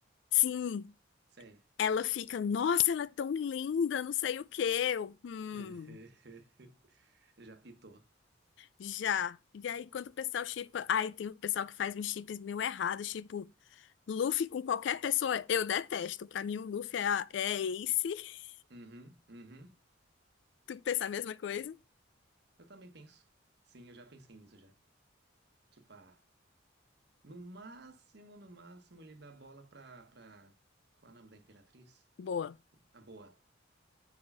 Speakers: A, on the left; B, on the right.
A: sim,
B: Sei.
A: ela fica, nossa, ela é tão linda, não sei o quê. Eu, hum,
B: <laughs> Já pitou.
A: já. E aí, quando o pessoal shippa, ai, tem o pessoal que faz uns chips meio errados, tipo, Luffy com qualquer pessoa, eu detesto. Pra mim, o Luffy é, a- é Ace. <laughs>
B: Uhum, uhum.
A: Tu pensa a mesma coisa?
B: Eu também penso. Sim, eu já pensei nisso já. Tipo, ah, no máximo, no máximo, ele dá bola pra, pra... Qual é o nome da Imperatriz?
A: Boa.
B: A boa.